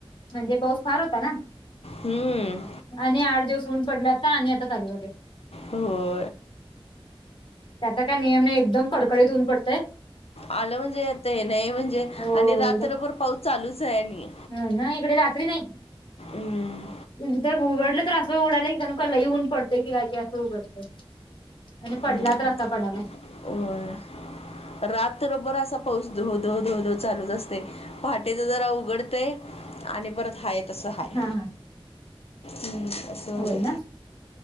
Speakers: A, on the left; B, on the left.
A: म्हणजे पाऊस फार होता ना.
B: हम्म
A: आणि आठ दिवस ऊन पडला आता आणि आता लीवाले
B: हो
A: त्याचा काय नियम नाही एकदम कडकडीत होऊन पडतय
B: आलं म्हणजे आता हे नाही म्हणजे
A: हो
B: आणि रात्रभर पाऊस चालूच आहे आणि
A: नाही इकडे रात्री नाही
B: हम्म
A: एकदा उघडलं तर असं उडाय की जणू काय लई ऊन पडतेय की काय असं उघडतं. आणि पडला
B: हम्म.
A: असा पडाला
B: होय रात्रभर असा पाऊस धो-धो-धो-धो चालूच असते पहाटेच जरा उघडते आणि परत हाय. तस आहेय
A: हा हा
B: हम्म असं झालंय
A: होय ना